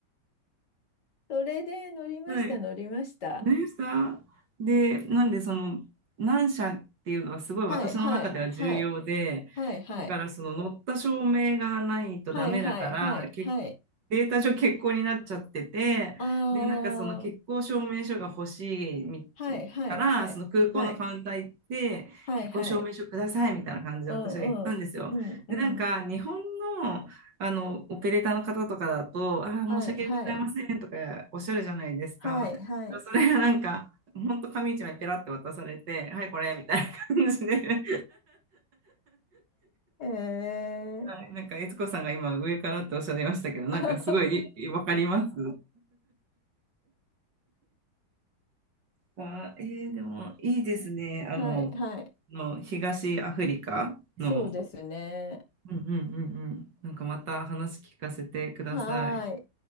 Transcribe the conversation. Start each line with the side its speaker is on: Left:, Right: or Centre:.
Left: それで乗りました、
Right: は、はい。
Left: 乗りました。
Right: 何ですかで、なんでその何社っていうのはすごい私の中では重要で、
Left: はい、はい、はい、はい、はい、
Right: だからその乗った証明がないとダメだから、
Left: はい、はい、はい、
Right: け
Left: はい。
Right: データ上欠航になっちゃってて、
Left: あ
Right: で、なんかその欠航証明書が欲しいみ
Left: ー、はい、はい、
Right: から、
Left: はい、
Right: その空港のカウンター行って、
Left: はい、はい、
Right: 欠航証明書くださいみたいな感じで私は言ったんですよ。
Left: はい。うん、うん、うん、
Right: で、なんか日本の、
Left: うん。
Right: あのオペレーターの方とかだと、あー、申し訳ございませんとかおっしゃるじゃないですか。
Left: はい、はい、はい、はい。
Right: それがなんか、ほんと紙一枚ペラって渡されて、はい、これみたいな感じで、
Left: <laughs> えー
Right: <laughs> はい、なんか、悦子さんが今、上からっておっしゃいましたけど、なんか、
Left: <laughs>
Right: すごい、いわかります。あ、えーでも、いいですね。
Left: はい、
Right: あの、
Left: はい。
Right: の東アフリカの、
Left: そうですね。
Right: うんうんうんうん、なんかまた話聞かせてください。
Left: はーい。